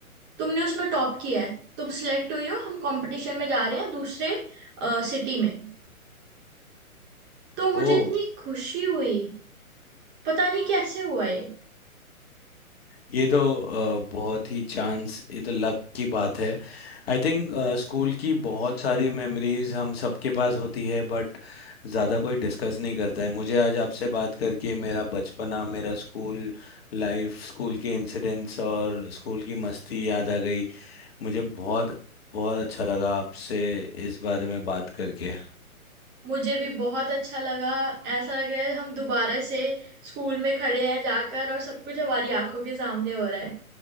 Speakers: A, on the right; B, on the left.
A: तुमने उसमें टॉप किया है तुम सिलेक्ट हुई हो हम कंपटीशन में जा रहे हैं दूसरे सिटी में तो मुझे
B: ओ
A: इतनी खुशी हुई पता नहीं कैसे हुआ ये
B: ये तो अ, बहुत ही चांस ये तो लक की बात है आई थिंक स्कूल की बहुत सारी मेमोरीज हम सबके पास होती है बट ज़्यादा कोई डिस्कस नहीं करता है मुझे आज आपसे बात करके मेरा बचपना मेरा स्कूल लाइफ स्कूल के इंसिडेंट्स और स्कूल की मस्ती याद आ गई मुझे बहुत बहुत अच्छा लगा आपसे इस बारे में बात करके
A: मुझे भी बहुत अच्छा लगा ऐसा लग रहा है हम दोबारा से स्कूल में खड़े हैं जाकर और सब कुछ हमारी आंखों के सामने हो रहा है